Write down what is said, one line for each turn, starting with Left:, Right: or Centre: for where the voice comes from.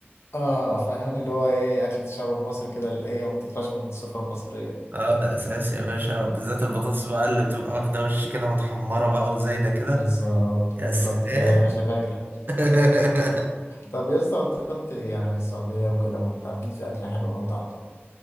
Left: اه فاهم اللي هو ايه اكل الشعب المصري كده اللي ايه ما بتفرقش من السفرة المصرية
Right: <laughs> اه ده أساسي يا باشا بالذات البطاطس
Left: مم.
Right: بقى اللي بتبقى واخدة وش كده متحمرة بقى وزايدة كده
Left: بالظبط
Right: يا
Left: بالظبط
Right: سلام
Left: كده يا باشا فاجرة <laughs>
Right: <laughs>
Left: طب يا اسطى انت كنت يعني في السعودية وكده ما انت اكيد في اكل حلو برضه عندكم